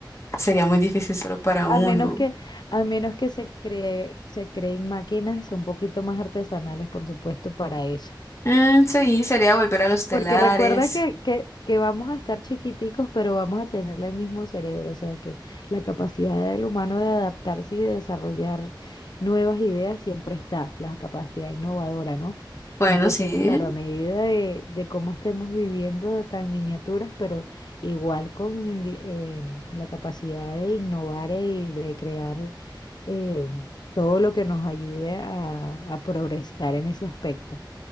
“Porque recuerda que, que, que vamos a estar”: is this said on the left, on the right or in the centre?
Left